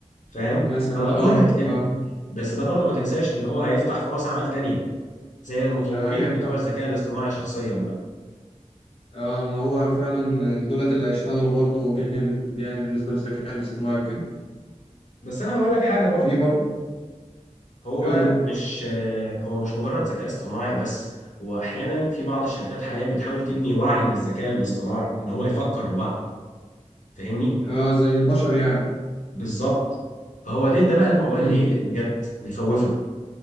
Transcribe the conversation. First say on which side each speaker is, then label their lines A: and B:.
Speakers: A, on the left (about 80°); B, on the left (about 45°).
A: فاهم
B: مثلا
A: فالأدوار
B: اه
A: هتقل
B: اه
A: بس ده برضه ما تنساش إن هو هيفتح فرص عمل تانية زي المطورين
B: لا يفتح
A: بتوع الذكاء الاصطناعي شخصيا بقى
B: اه ما هو فعلا دولت اللي هيشتغلوا برضه جامد يعني بالنسبة للذكاء الاصطناعي وكده
A: بس أنا هقول لك حاجة برضه
B: في برضه
A: هو
B: قول لي.
A: مش هو مش مجرد ذكاء اصطناعي بس هو أحيانا في بعض الشركات حاليا بتحاول تبني وعي للذكاء الاصطناعي إن هو يفكر لوحده فاهمني
B: اه زي البشر يعني
A: بالظبط فهو ده ده بقى الموضوع
B: امم
A: اللي يقلق بجد ويخوفك